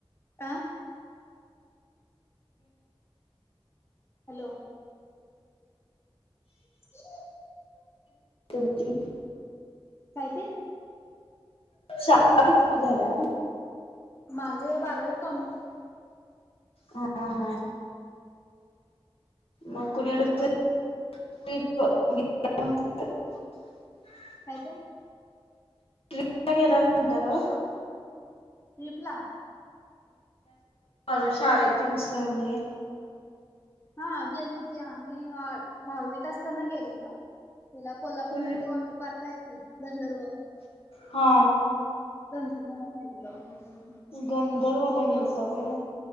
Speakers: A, on the left (about 25°); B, on the left (about 70°).
A: आ हॅलो ह
B: तमज
A: कायित
B: शाळा कितीवी झाल्या
A: माझे बारावी कॉमर्स
B: हा हा म कुणीड त
A: कायच
B: िक केला नव्हता का
A: स्लीपला
B: ल शाळेतून सगळे
A: हा गेल त की आम्ही दहावीत असताना गेलेलो गला कोल्हापूरला
B: कुण
A: ते वॉटर पार्क आहे की गंधर्व
B: हा
A: गधंधर्वाला गेलेलं हम्म.
B: गंधर्वाला गेलता व्हय.